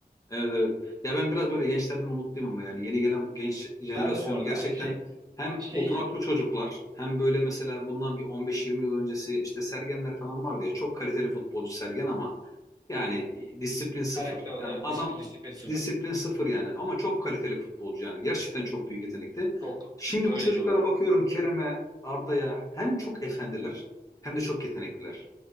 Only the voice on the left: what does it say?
evet evet. Ya ben biraz böyle gençlerden umutluyum ama yani yeni gelen bu genç jenerasyon
gerçekten
hem
oturaklı çocuklar hem böyle mesela bundan bir 15-20 yıl öncesi işte Sergenler falan vardı ya çok kaliteli futbolcu Sergen ama yani e, disiplin sıfır.
Yani
adam
disiplin sıfır yani ama çok kaliteli futbolcu yani gerçekten çok büyük yetenekti.
Şimdi
bu çocuklara
bakıyorum Kerem'e, Arda'ya hem çok efendiler hem de çok yetenekliler.